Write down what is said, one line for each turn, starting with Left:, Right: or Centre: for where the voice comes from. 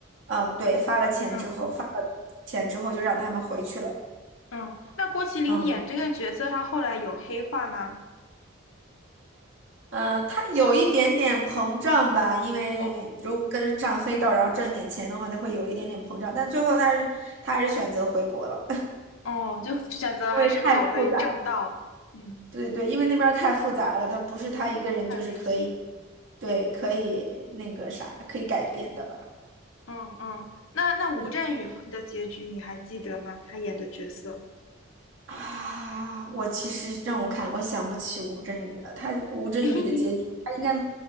Right: 嗯、对，发了钱之后，
Left: 嗯
Right: 发了钱之后就让他们回去了。
Left: 嗯，那郭麒麟演这个角色，
Right: 嗯
Left: 他后来有黑化吗？
Right: 嗯、他有一点点膨胀吧，因为如果跟上黑道，
Left: 哦
Right: 然后挣点钱的话，他会有一点点膨胀，但最后他是他还是选择回国了，
Left: 哦，就选择还是走回正道，
Right: <laughs> 因为太复杂。
Left: 嗯，
Right: 对对，因为那边儿太复杂了，他不是他一个人就是可以，
Left: 太危险。
Right: 对，可以那个啥，可以改变的吧？
Left: 嗯嗯，那那吴镇宇的结局你还记得吗？
Right: 嗯
Left: 他演的角色，
Right: 啊，我其实让我看，我想不起吴镇宇了。他吴镇宇的结局，
Left: <laughs>
Right: 他应该